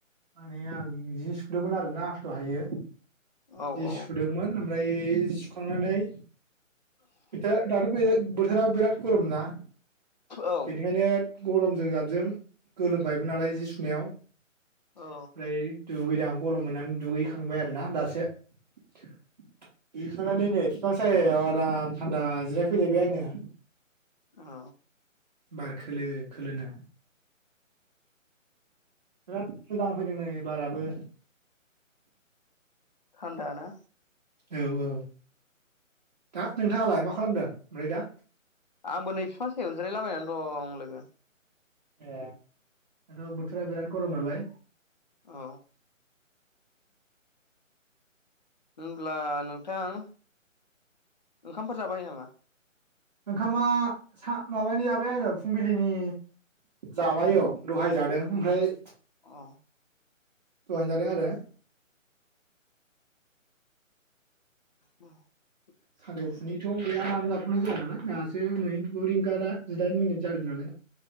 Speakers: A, on the right; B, on the left.
A: माने आं जि सुदोंमोन आरोना दहायो
B: औ
A: जि
B: औ
A: सुदोंमोन ओमफ्राय जि सुखांनानै <unintelligible> दाथ' बे बोथोरा बिराद गरमना
B: औ
A: बेनिखायनो गरमजों जाबजों गोलोमबायबो नालाय जि सुनायाव ओमफ्राय
B: औ
A: दुगैदां गरम मोननानै दुगैखांबाय आरोना दासो दुगैखांनानै नै बिफां सायाव आराम थान्दा जिराय फैलायबाय आङो
B: औ
A: बार खोलो खोलो नो बिराद मोजां फैदों नै बाराबो
B: थान्दा ना
A: औ औ दा नोंथाङालाय मा खालामदों ओमफ्राय दा
B: आंबो नै बिफा सायाव जिरायलाबायनानै दं लोगो
A: ए औ बोथोरा बिराद गरम नालाय
B: औ होब्ला नोंथां ओंखामफोर जाबाय नामा?
A: ओंखामा सा-माबानि जाबाय आङो फुंबिलिनि जाबाय औ दहाय जादों ओमफ्राय
B: अ
A: दहाय जादों आरो
B: उम
A: सानजौफुनिथ' बेया दानजाथ'नाय जाया नालाय दासो नै गु रिंगा दा जिदाइन मिनिट जादों नालाय